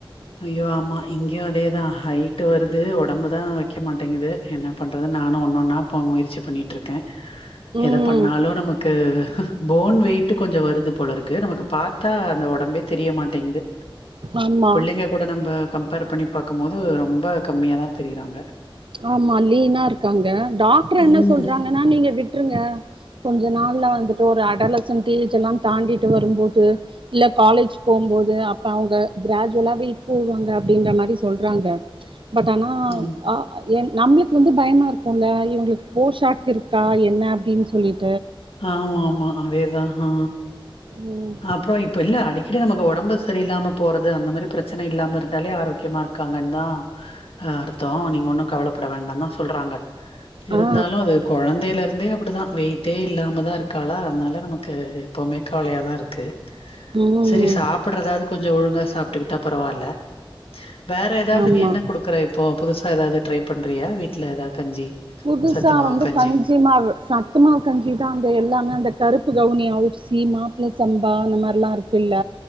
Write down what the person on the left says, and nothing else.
ஐய்யோ ஆமா இங்கயு அதேதா ஹைட்டு வருது உடம்பு தா வைக்க மாட்டேங்கது என்ன பண்றதுந் நானு ஒன்னு ஒன்னா போ முயற்சி பண்ணிட்ருக்கே
எத பண்ணாலு நமக்கு போன் வெயிட் கொஞ்சொ வருது போல இருக்கு நமக்கு பாத்தா அந்த உடம்பே தெரியமாட்டேங்குது
<unintelligible> கூட நம்ம கம்பேர் பண்ணி பாக்கும் போது ரொம்ப கம்மியா தா தெரியிறாங்க
ம்
ஆமா
ஆமா ஆமா அதேதா ஆ
அப்றோ இப்ப இல்ல அடி கடி நமக்கு உடம்பு சரியில்லாம போறது அந்த மாரி பிரச்சன இல்லாம இருந்தாலே ஆரோக்கியமா இருக்காங்கன் தா அ அர்த்தோ நீங்க ஒன்னு கவலப்பட வேண்டாந் தா சொல்றாங்க இருந்தாலு
அது கொழந்தேல இருந்தே அப்டி தா வெயிட்டே இல்லாம தா இருக்காளா அதுனால நமக்கு எப்போமே கவலயா தா இருக்கு
சரி சாப்பட்றாதாது கொஞ்சொ ஒழுங்கா சாப்ட்டுக்கிட்டா பரவால்ல வேற ஏதாவது
நீ என்ன குடுக்குற இப்போ புதுசா ஏதாவது ட்ரை பண்றியா வீட்ல ஏதாவது கஞ்சி
சத்துமாவு
கஞ்சி